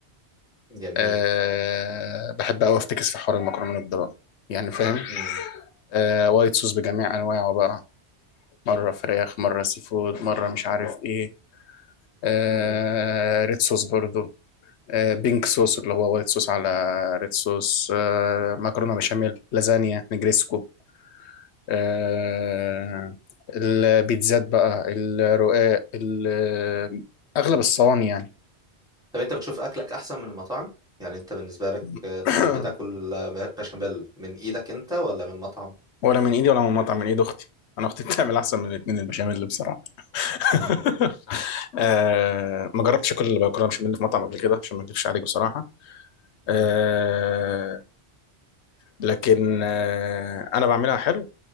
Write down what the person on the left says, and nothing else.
آه بحب قوي افتكس في حوار المكرونات ده بقى يعني فاهم
آه وايت صوص بجميع انواعه بقى مره فراخ مره سي فود مره مش عارف ايه آه
ريد صوص برضو آه، بينك صوص اللي هو وايت صوص على ريد صوص آه، مكرونه بشاميل لازانيا نجريسكو آه، البيتزات بقى الرقاق ال- اغلب الصواني يعني
<coughs>
<clears throat>
ولا من ايدي ولا من مطعم من ايد اختي انا اختي بتعمل احسن من الاثنين البشاميل اللي بصراحه
<laughs> آه ما جربتش اكل المكرونه بشاميل في مطعم قبل كده عشان ما اكذبش عليك بصراحه آه
لكن آه انا بعملها حلو